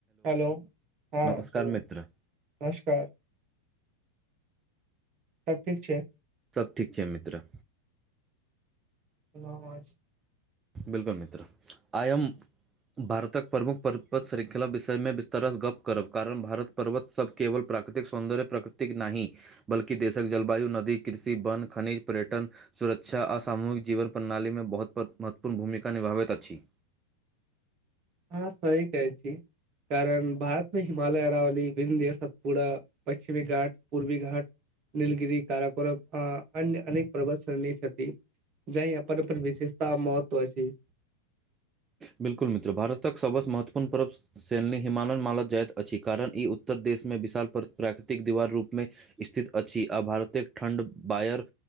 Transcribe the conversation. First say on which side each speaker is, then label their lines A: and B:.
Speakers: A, on the right (about 35°); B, on the right (about 20°).
A: हेलो हां
B: नमस्कार
A: हेलो।
B: मित्र
A: नमस्कार, सब ठीक छैय।
B: सब ठीक छैय मित्र।
A: सुनाओ <unintelligible>
B: बिलकुल मित्र आय हम भारतक प्रमुख पर्वत श्रृंखला विषयमे विस्तारस गप्प करब कारण भारत पर्वत सब केवल प्राकृतिक सौन्दर्य प्राकृतिक नाहि बल्कि देशक जलवायु, नदी, कृषि, वन, खनिज, पर्यटन सुरक्षा आ सामूहिक जीवन प्रणाली में बहुत <unintelligible> महत्वपूर्ण भूमिका निभाबैत अछि।
A: अहाँ सही कहै छी कारण भारत मे हिमालय, अरावली, बिन्धय, सतपूडा पश्चिमी घाट, पूर्वी घाट नलगिरी काराकोर आ अन्य अनेक प <unintelligible> छथी जाहे अपन अपन विशेषता महत्व अछि।
B: बिल्कुल मित्र भारतक सबसँ महत्वपूर्ण पर्ब सनी हिमालय मालल जाइत अछि, कारण ई उत्तर देशमे विशाल प्राकृतिक दीवार रूपमे स्थित अछि, आ भारतेक ठण्ड बायर